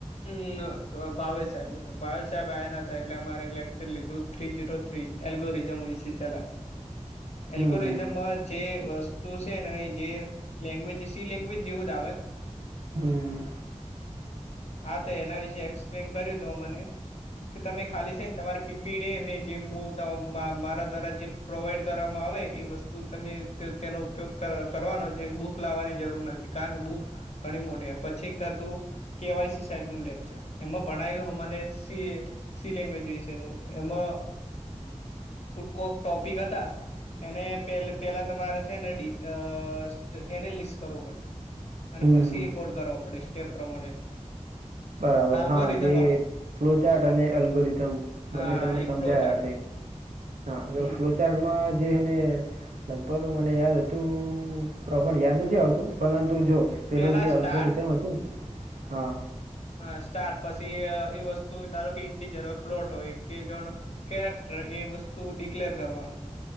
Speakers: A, on the left; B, on the right.
A: હમ ભાવેશ સાહેબ ભાવેશ સાહેબ આવ્યા ના હતા એટલે અમારે લેક્ચર લીધું થ્રી ઝીરો થ્રી. એલ્ગોરિઝમ વિ. સી ચલાય.
B: હમ
A: એલ્ગોરિઝમ
B: હમ
A: માં જે વસ્તુ છે ને જે લેંગ્વેજ. સી લેંગ્વેજ જેવો જ આવે.
B: હમ હ
A: હા તો એના વિશે એક્સપ્લેન કરીદો દો મને. કે તમે ખાલી છે ને તમારે પીપીડેને જે મુ દો મ મારા દ્વારા જે પ્રોવાઈડ કરવામાં આવે એ વસ્તુ તમે ત તેનો ઉપયોગ ક કરવાનો છે બુક બુક લાવવાની જરૂર નથી કારણ કે બુક ઘણી મોટી પછી કા તું. કેવાયસી સાહેબ નું લેક્ચર એમાં ભણાયું અમાને સે. સી લેંગ્વેજ વિશે ન એમાં કોક ટોપિક હતા. એને પે પેલા તમારે છે ને ડી અ સ તો એનલિસ કરવું પડે અને
B: હમ
A: પછી
B: હમ
A: રીપોર્ટ કરવો પડે સ્ટેપ પ્રમાણે.
B: બરાબર
A: આલ્ગોરિઝમ
B: હા જે
A: વાળું
B: ફ્લોચાર્ટ અને એલ્ગોરિઝમ બંને
A: હા
B: તમને
A: એ
B: સમજાયા
A: ફ્લો ચાર્ટ
B: હશે. હા
A: હમ
B: ફ્લોચાર માં જેને લગભગ મને યાદ હતું પ્રોપર યાદ નથી આવતું પરંતુ જો. પેલું
A: પેલા
B: જે
A: સ્ટાર્ટ
B: અલ્ગોરિઝમ હતું ને હા.
A: હા સ્ટાર્ટ પછી એ વસ્તુ ધારો કે ઇન્ટીજર હોય પ્લોટ હોય કે જોણ કેરેક્ટર એ વસ્તુ ડિક્લેર કરવાનું